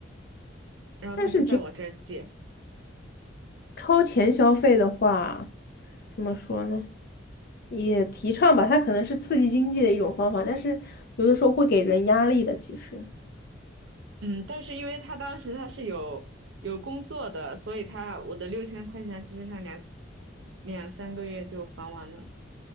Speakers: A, on the right; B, on the left.
A: <laughs> 然后他就在我这儿借。
B: 但是超前消费的话，怎么说呢？也提倡吧，它可能是刺激经济的一种方法，但是有的时候会给人压力的。其实，
A: 嗯，但是因为他当时他是有有工作的，所以他我的六千块钱基本上两两三个月就还完了。